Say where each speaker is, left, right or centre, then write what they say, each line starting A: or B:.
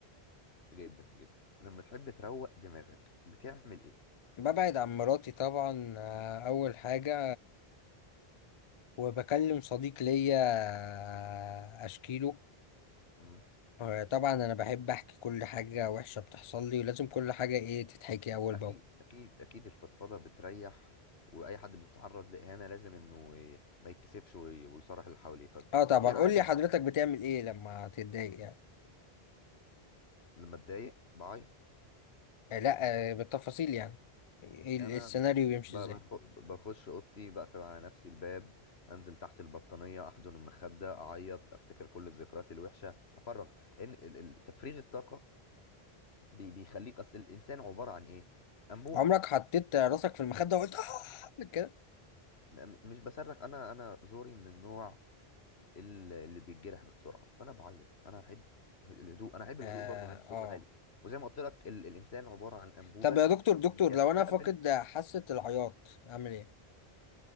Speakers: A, on the left; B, on the left.
A: جدا جدا لما تحب تروق دماغك بتعمل ايه
B: ببعد عن مراتي طبعا آه اول حاجة وبكلم صديق ليا آه اشكيله
A: مم.
B: آه طبعا انا بحب احكي كل حاجة وحشة بتحصل لي ولازم كل حاجة ايه تتحكي اول
A: اكيد
B: باول
A: اكيد اكيد الفضفضه بتريح واي حد بيتعرض لاهانه لازم انه ي- ما يتكسفش وي- ويصارح اللي حواليه طيب
B: اه طبعا
A: في عاده
B: قول لي حضرتك بتعمل ايه لما تتضايق يعني
A: لما اتضايق بعيط
B: آه لا آه بالتفاصيل يعني إيه
A: انا
B: السيناريو
A: ب-
B: يمشي ازاي
A: بخ- بخش اوضتي بقفل على نفسي الباب انزل تحت البطانيه احضن المخده اعيط افتكر كل الذكريات الوحشه افرغ لان ال- ال- تفريغ الطاقه بي- بيخليك اصل الانسان عباره عن ايه انبوبه
B: عمرك حطيت راسك في المخدة وقلت اه كده
A: م- م- مش بصرخ انا انا زوري من النوع ال- اللي بيتجرح بسرعه فانا بعيط انا احب الهدوء انا احب الهدوء
B: اه
A: برضه ما احبش الصوت
B: آه.
A: العالي وزي ما قلت لك ال- الانسان عباره عن انبوبه
B: طب يا دكتور دكتور
A: بيستقبل
B: لو انا فاقد حاسة العياط اعمل ايه